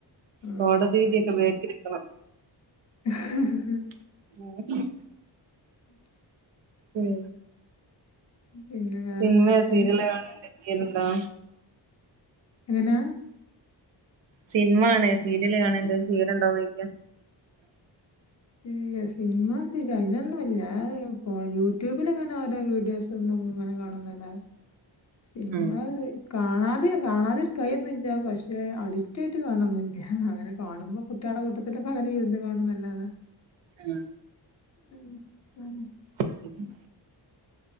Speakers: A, on the left; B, on the right.
A: ആഹ്
B: കോടതീൻ്റൊക്കെ ബേക്കില്ക്കണം
A: ഹ്ഹ്ഹ്
B: <unintelligible>
A: <inaudible>
B: ഉം
A: പിന്നെ വേറെന്തൊക്കെയാ
B: സിനമ സീരിയല് അങ്ങനെന്തേ ചെയ്യല്ണ്ടോ
A: എങ്ങനാ
B: സിനിമാണേ സീരിയല് കാണേന്തെങ്കിലും ചെയ്യല്ണ്ടോന്നൊയ്ക്കാ
A: ഇല്ല്യ സിനിമ സീരിയ അങ്ങനൊന്നുംല്ല ഞാ പ്പോ യൂട്യൂബില് ഇങ്ങനോരോ വീഡിയോസെന്നുംങ്ങനെ കാണുംന്നല്ലാതെ സിൻമാ
B: ഉം
A: വി കാണാതെയോ കാണാതിര്ക്കായി ഒന്നുല്ല പക്ഷെ അഡിക്റ്റായിട്ട് കാണൊന്നില്ല അങ്ങനെ കാണുമ്പോ കുട്ട്യാളെ കൂട്ടത്തിലൊക്കങ്ങനിര്ന്ന് കാണുംന്നല്ലാതെ
B: ആ
A: ഉം അഹ്
B: യെസ് യെസ്